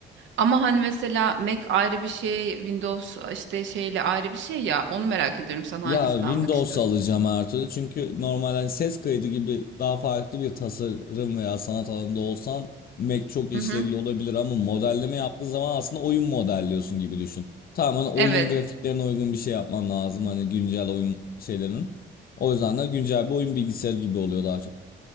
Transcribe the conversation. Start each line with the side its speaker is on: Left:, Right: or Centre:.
Right: Ama hani mesela Mac ayrı bir şey, Windows işte şeyle ayrı bir şey ya. Onu merak ediyorum. Sen hangisini
Left: Ya Windows
Right: almak istiyorsun?
Left: alacağım her türlü çünkü normal hani ses kaydı gibi daha farklı bir tasarım veya sanat alanında olsan Mac çok işlevli
Right: Hı hı.
Left: olabilir ama modelleme yaptığın zaman aslında oyun modelliyorsun gibi düşün. Tamamen oyunun
Right: Evet.
Left: grafiklerine uygun bir şey yapman lazım hani güncel oyun şeylerinin. O yüzden de güncel bir oyun bilgisayarı gibi oluyor daha çok.